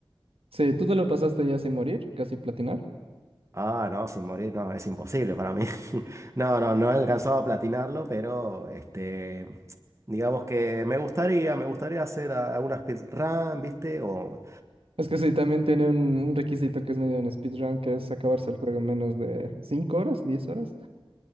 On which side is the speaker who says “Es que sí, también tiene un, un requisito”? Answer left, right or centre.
Right